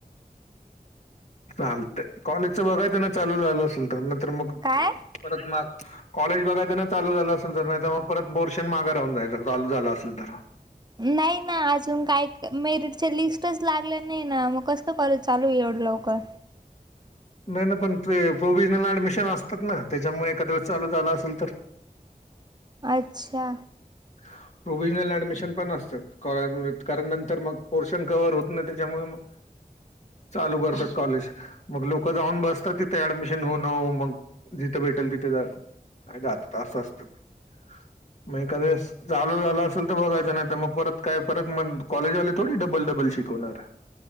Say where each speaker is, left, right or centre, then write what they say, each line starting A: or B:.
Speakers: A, on the left; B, on the right.
A: चालतय कॉलेजच बघायच ना चालू झाल असेल तर तर मग
B: काय
A: <unintelligible> परत माग कॉलेज बघायचना चालू झालं असेल तर नाय तर मग परत पोर्शन माग राहून जायचा चालू झालं असेल तर
B: नाही ना अजून काय मेरिटच्या लिस्टच लागलं नाही ना मग कस करू. चालू ए एवढं लवकर.
A: नाही ना पण ते प्रोव्हिसनल ऍडमिशन असतात ना त्याच्यामुळे एखाद्यावेळेस चालू झालं असेल तर
B: अच्छा.
A: <inaudible> प्रोव्हिजनल ऍडमिशन पण असतात काॅलेजमध्ये कारण नंतर मग पोर्शन कव्हवर होत ना त्याच्यामुळे मग. चालू करतात कॉलेज मग लोक जाऊन बसतात तिथे ऍडमिशन होऊ न होऊ मग जिथे. भेटल तिथे जा जातात अस असत ते. झालं झालं असेल तर बघायचं नाही तर मग परत काय परत मग कॉलेजवाले थोडी डबल डबल शिकवणार.